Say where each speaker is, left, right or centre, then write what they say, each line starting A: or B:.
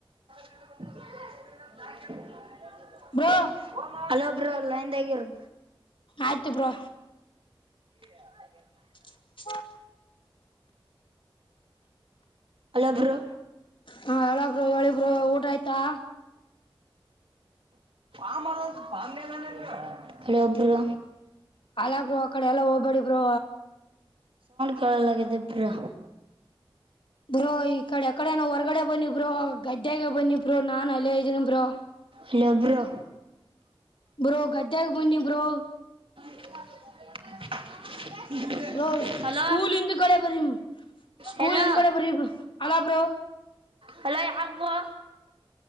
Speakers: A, on the right; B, on the left.
A: <unintelligible>
B: ಬ್ರೋ
A: ಹಲೋ ಬ್ರೋ ಲೈಂದಗಿರು
B: ಆಯ್ತು ಬ್ರೋ
A: <inaudible>
B: <unintelligible>
A: ಹಲೋ ಬ್ರೋ
B: ಹ ಹಲೋ ಬ್ರೋ ಹೇಳಿ ಬ್ರೋ ಊಟ ಆಯ್ತಾ.
A: ಆಮಲೆ <unintelligible> ಕೆಲೊಬ್ಬ್ರ
B: ಅಲ್ಲ ಬ್ರೋ ಅಕಡೆ ಎಲ್ಲ ಹೋಗ್ ಬಡಿ ಬ್ರೋ.
A: ಕೇಳಲಾಗ್ಯದ ಬ್ರೋ.
B: ಬ್ರೋಯಿ. ಈ ಕಡೆ ಯಕಡೆನ ಹೊರ್ಗಡೆ ಬನ್ನಿ ಬ್ರೋ ಗದ್ದೆಗೆ ಬನ್ನಿ ಬ್ರೋ ನಾನು ಅಲ್ಲೇ ಇದ್ದೀನಿ ಬ್ರೋ.
A: ಇಲ್ಲ ಬ್ರೋ.
B: ಬ್ರೋ ಗಡ್ಡಾಗೆ ಬನ್ನಿ ಬ್ರೋ.
A: <unintelligible> <inaudible>
B: ಬ್ರೋ
A: ಹಲೋ
B: ಸ್ಕೂಲ್ ಹಿಂದ್ ಗಡೆ ಬರಿ ಸ್ಕೂಲ್
A: ಹಲೋ
B: ಹಿಂದಗಡೆ ಬರಿ ಬ್ರೋ. ಬ್ರೋ.
A: ಹಲೋ ಯಾರ್ ಬ್ರೋ.